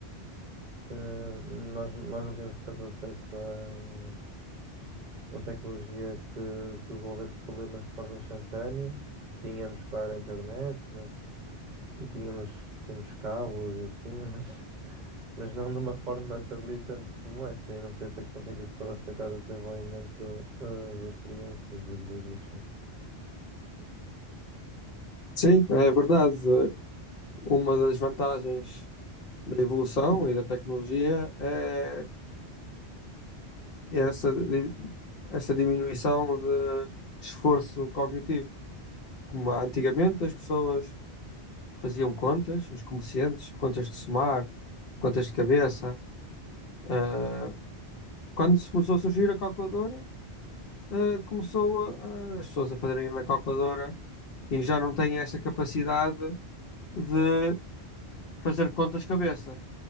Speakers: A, on the right; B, on the left.
A: eh, nós, nós não temos tanto acesso a uma tecnologia que, que resolvesse problemas de forma instantânea. Tínhamos, claro, a internet, mas e tínhamos, tínhamos cabos e assim, <laughs> mas mas não de uma forma tão gritante como esta, e não sei até que ponto é que isso pode afetar o desenvolvimento, ah, das crianças e dos adolescentes.
B: Sim, é verdade. Uma das vantagens da evolução e da tecnologia é essa, di- essa diminuição de esforço cognitivo. Como antigamente as pessoas faziam contas, os comerciantes, contas de somar, contas de cabeça. Ah, quando se começou a surgir a calculadora, eh, começou a, a- as pessoas a fazerem na calculadora e já não têm essa capacidade de fazer contas de cabeça.